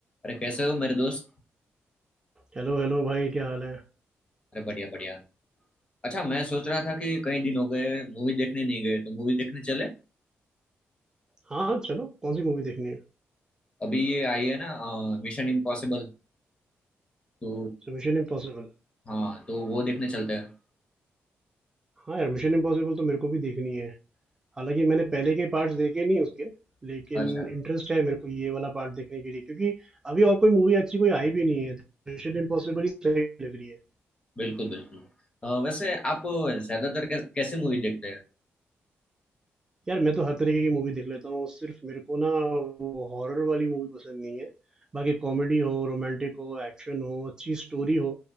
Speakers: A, on the left; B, on the right.
A: अरे कैसे हो मेरे दोस्त
B: Hello hello भाई क्या हाल है
A: अरे बढ़िया बढ़िया अच्छा मैं सोच रहा था कि कई दिन हो गए मूवी देखने नहीं गए तो मूवी देखने चले
B: हाँ चलो कौन सी मूवी देखनी है
A: अभी ये आई है ना मिशन इम्पॉसिबल तो
B: अच्छा मिशन इम्पॉसिबल
A: हाँ तो वो देखने चलते हैं
B: हाँ यार मिशन इम्पॉसिबल तो मेरे को भी देखनी है हालांकि मैंने पहले के पार्ट्स देखे नहीं उसके लेकिन
A: अच्छा
B: इंटरेस्ट है मेरे को ये वाला पार्ट देखने के लिए क्योंकि अभी और कोई मूवी अच्छी कोई आई भी नहीं है मिशन इम्पॉसिबल ही सही लग रही है
A: बिल्कुल बिल्कुल अ, वैसे आप ज्यादातर कै, कैसे मूवी देखते हैं
B: यार मैं तो हर तरीके की मूवी देख लेता हूँ सिर्फ मेरे को ना वो हॉरर वाली मूवी पसंद नहीं है बाकी कॉमेडी हो रोमांटिक हो एक्शन हो अच्छी स्टोरी हो